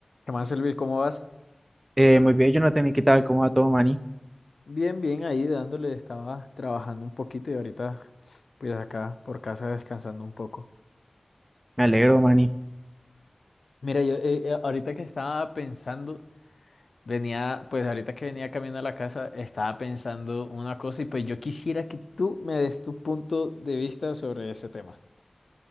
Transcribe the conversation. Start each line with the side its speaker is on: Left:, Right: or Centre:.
Left: ¿Qué más, Elvis? ¿Cómo vas?
Right: Eh, muy bien, Jonathan, ¿y qué tal? ¿Cómo va todo, Manny?
Left: Bien, bien, ahí dándole, estaba trabajando un poquito y ahorita pues acá por casa descansando un poco.
Right: Me alegro, Manny.
Left: Mira, yo eh, eh, ahorita que estaba pensando, venía, pues ahorita que venía caminando a la casa, estaba pensando una cosa y pues yo quisiera que tú me des tu punto de vista sobre ese tema.